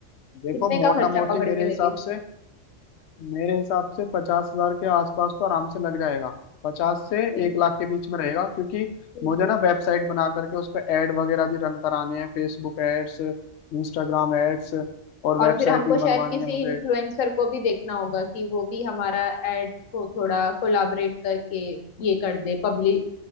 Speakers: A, on the left (about 65°); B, on the left (about 90°).
A: देखो
B: कितने
A: मोटा
B: का खर्चा
A: मोटी
B: पकड़
A: मेरे
B: के
A: हिसाब
B: लगे
A: से मेरे हिसाब से पचास हजार के आसपास तो आराम से लग जाएगा पचास से
B: ठीक
A: एक
B: है
A: लाख के बीच में रहेगा क्योंकि
B: ठीक
A: मुझे
B: है
A: ना वेबसाइट बना करके उस पर एड वगैरह भी रन कराने हैं फेसबुक एड्स इंस्टाग्राम एड्स और
B: और
A: वेबसाइट
B: फिर हमको
A: भी
B: शायद
A: बनवानी
B: किसी
A: है मुझे
B: इन्फ्लुएंसर को भी देखना होगा कि वो भी हमारा एड को थोड़ा कोलाबरेट करके ये कर दे पब्लिक